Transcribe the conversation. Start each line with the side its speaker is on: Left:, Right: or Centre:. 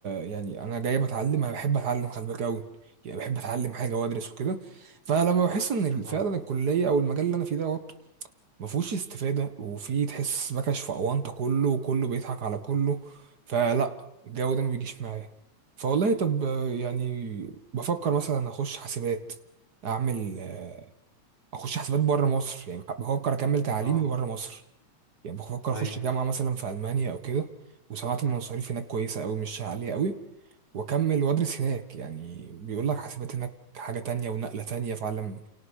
Right: يعني انا جاي بتعلم انا بحب اتعلم خلي بالك قوي يعني بحب اتعلم حاجة وادرس وكده فلما بحس ان فعلا
Left: اه
Right: الكلية او المجال اللي انا فيه ده ما فيهوش استفادة وفي تحس مكش في أونطة كله وكله بيضحك على كله فلا الجو ده ما بيجيش معايا فوالله طب آه، يعني بفكر مثلا أخش حاسبات أعمل آه، أخش حاسبات بره مصر يعني بفكر أكمل تعليمي
Left: اه
Right: بره مصر يعني بفكر أخش
Left: ايوه
Right: جامعة مثلا في ألمانيا أو كده وسمعت إن المصاريف هناك كويسة أوي مش عالية أوي وأكمل وأدرس هناك يعني بيقول لك حاسبات هناك حاجة تانية ونقلة تانية في عالم